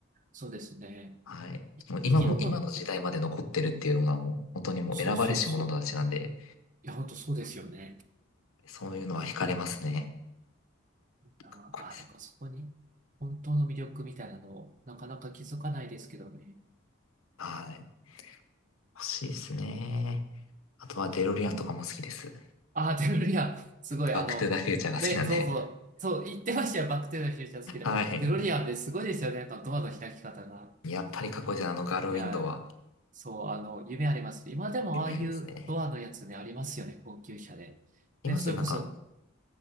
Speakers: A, on the right (about 35°); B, on the left (about 85°).
A: そうですね。
B: はい。
A: い生き残ってる。
B: もう今も今の時代まで残ってるっていうのはもう本当にもう選ばれし者たちなんで、
A: そうそうそう。いや、本当そうですよね。
B: そういうのは惹かれますね。
A: あーあー、
B: かっこいいですね
A: だからそこに本当の魅力みたいなのをなかなか気づかないですけどね。
B: はい。欲しいですね。あとはデロリアンとかも好きです。
A: ああ、手振リアすごい、
B: バックトゥザフューチャーが好きなんで。
A: あの、で、そうそう、そう、言ってましたよ、バックテーザフューチャー好きで。
B: <laughs> はい。
A: デロリアンですごいですよね、あのドアの開き方が。
B: やっぱりかっこいいですね。あのガールウィンドウは
A: いや、そう、あの、夢あります。今でもああいうドアのやつね、
B: 夢ありますね。
A: ありますよね、高級車で。で、
B: いますね。
A: それこそ、
B: なんか、